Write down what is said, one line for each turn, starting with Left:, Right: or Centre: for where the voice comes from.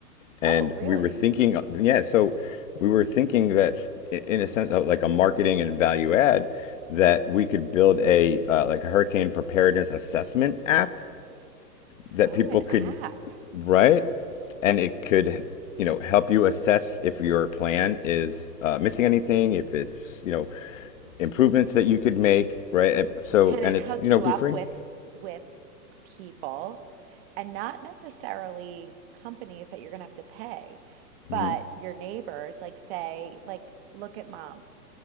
Left: and
Right: Oh, really?
Left: we were thinking, yeah, so we were thinking that i- in a sense of like a marketing and value add, that we could build a uh, like a hurricane preparedness assessment app that
Right: Oh,
Left: people
Right: an
Left: could,
Right: app.
Left: right? and it could you know help you assess if your plan is uh, missing anything if it's you know improvements that you could make right Uh, so
Right: Can it
Left: and it's
Right: hook
Left: you know
Right: you
Left: be
Right: up
Left: free
Right: with with people and not necessarily companies that you're going to have to pay, but
Left: hmm
Right: your neighbors, like say, like look at mom.